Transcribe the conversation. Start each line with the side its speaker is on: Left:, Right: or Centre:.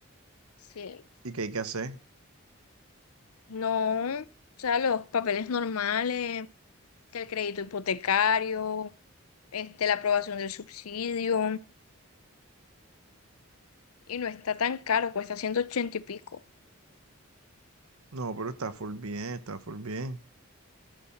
Left: Sí.
Right: ¿Y qué hay que hacer?
Left: No, o sea, los papeles normales, que el crédito hipotecario, este, la aprobación del subsidio, y no está tan caro, cuesta 180 y pico.
Right: No, pero está full bien, está full bien.